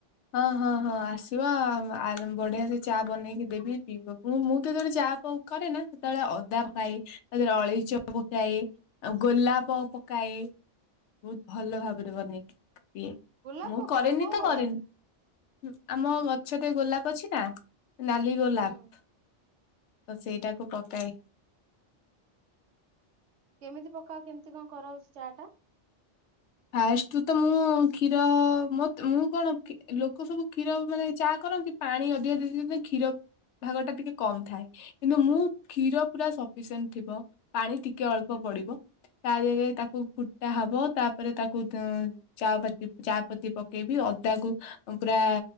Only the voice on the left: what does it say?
ହଁ ହଁ ହଁ ଆସିବା ବଢିଆ ସେ ଚା ବନେଇକି ଦେବି ପିଇବ। ମୁଁ ମୁଁ ତ ଯେତେବେଳେ ଚା କରେ ନା ସେତେବେଳେ ଅଦା ପକାଏ ତା ଦେହରେ ଅଳେଇଚ ପକାଏ। ଆଉ ଗୋଲାପ ପକାଏ ବହୁତ ଭଲ ଭାବରେ ବନେଇକି ପିଏ।
ମୁଁ
କରେନି
ତ
କରେନି ଆମ ଗଛରେ ଗୋଲାପ ଅଛି ନା। ନାଲି ଗୋଲାପ
ତ ସେଇଟାକୁ ପକାଏ।
ଫାଷ୍ଟୁ ତ ମୁଁ କ୍ଷୀର ମ ମୁଁ କଣ ଲୋକ ସବୁ କ୍ଷୀର ମାନେ ଚା କରନ୍ତି। ପାଣି ଅଧିକା ଦେଇ ଦିଅନ୍ତି କ୍ଷୀର ଭାଗ ଟା ଟିକେ କମ ଥାଏ। କିନ୍ତୁ ମୁଁ କ୍ଷୀର ପୁରା ସଫିସିଏଣ୍ଟ ଥିବ ପାଣି ଟିକେ ଅଳ୍ପ ପଡିବ। ତା ଦେହରେ ତାକୁ ଫୁଟା ହବ ତା ତା ପରେ ତାକୁ ଚା ପତି ଚା ପତି ପକେଇବି। ଅଦାକୁ ପୁରା